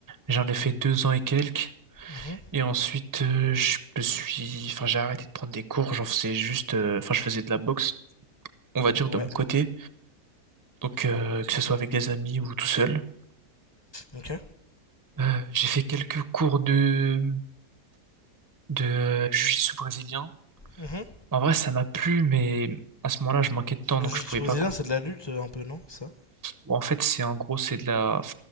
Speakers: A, on the right (about 30°); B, on the left (about 30°).
A: J'en ai fait deux ans et quelques.
B: Mhm.
A: Et ensuite, euh, je me suis, enfin, j'ai arrêté de prendre des cours. J'en faisais juste, euh, enfin, je faisais de la boxe, on va dire
B: Ouais.
A: de mon côté. Donc, euh, que ce soit avec des amis ou tout seul.
B: Ok.
A: Euh, j'ai fait quelques cours de de euh, jiu-jitsu brésilien.
B: Mhm.
A: En vrai, ça m'a plu, mais à ce moment-là, je manquais de temps,
B: Le
A: donc
B: jiu-jitsu
A: je pouvais
B: brésilien,
A: pas
B: c'est de la lutte euh, un peu, non? Ça?
A: Bon, En fait, c'est en gros, c'est de la,